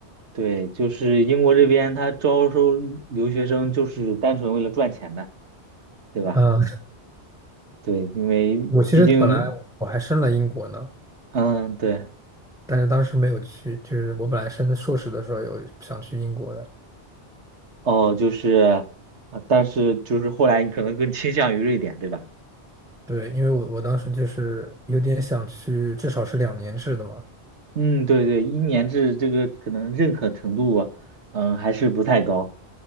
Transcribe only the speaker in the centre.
啊、
我其实本来我还申了英国呢，
但是当时没有去，就是我本来申硕士的时候有想去英国的，
对，因为我我当时就是有点想去，至少是两年制的嘛。